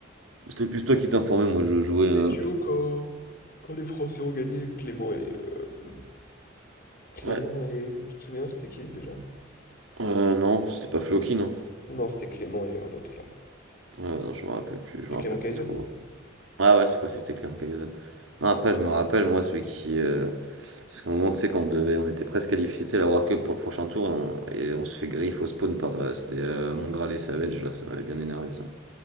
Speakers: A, on the right; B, on the left.
A: C'était plus toi qui t'informais,
B: C-
A: moi je
B: C'était
A: jouais. euh,
B: les duos quand, quand les Français ont gagné, Clément et. euh, Clément
A: Ouais,
B: et. Tu te souviens, c'était qui déjà?
A: Heu, non, c'était pas Floki, non.
B: Non, c'était Clément et un autre là.
A: Heu, non, je me rappelle plus,
B: C'était
A: je me
B: Clément
A: rappelle
B: Kaizen,
A: plus trop.
B: non?
A: Ah ouais, c'est possible, c'était Clément Cahuzac. Non, après, je me rappelle, moi, celui qui, heu, parce qu'à un moment, tu sais, quand on devait on était presque qualifiés, tu sais, la World Cup pour le prochain tour et on et on se fait griffe au spawn par, heu, c'était, heu, Mongrel et Savage, là, ça m'avait bien énervé, ça.